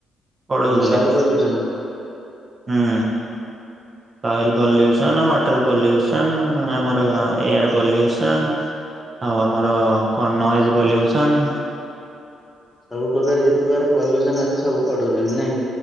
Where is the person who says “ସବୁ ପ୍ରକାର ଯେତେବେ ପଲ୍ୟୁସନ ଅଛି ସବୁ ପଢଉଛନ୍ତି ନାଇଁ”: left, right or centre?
Left